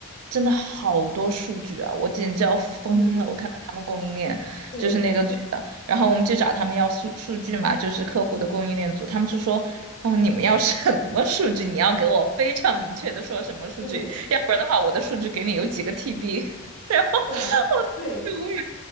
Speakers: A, on the right (about 80°); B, on the left (about 55°).
A: 真的好多数据啊，我简直要疯了！
B: 嗯，
A: 我看到他们供应链就是那个。
B: 对
A: 组的。然后我们就找他们要数数据嘛，就是客户的供应链组，他们就说，啊，你们要什么数据？你要给我非常明确的说什么数据，
B: 对
A: 要不然的话，我的数据给你有几个 TB，<laughs> 然后我就无语。
B: 对呀，对。